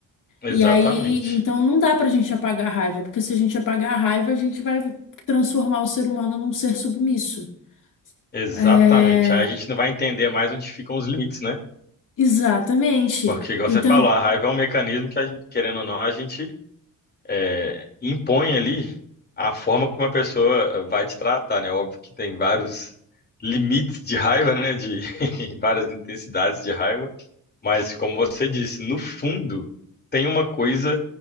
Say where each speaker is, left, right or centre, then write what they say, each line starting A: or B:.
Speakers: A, on the left; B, on the left.
A: Exatamente.
B: E aí, então não dá pra gente apagar a raiva, porque se a gente apagar a raiva, a gente vai transformar o ser humano num ser submisso.
A: Exatamente.
B: É,
A: Aí a gente não vai entender mais onde ficam os limites, né?
B: exatamente.
A: Porque, igual
B: Então
A: você falou, a raiva é um mecanismo que a gente, querendo ou não, a gente é, impõe ali a forma como a pessoa vai te tratar, né? Óbvio que tem vários limites de raiva, né? De <laughs> várias intensidades de raiva. Mas, como você disse, no fundo, tem uma coisa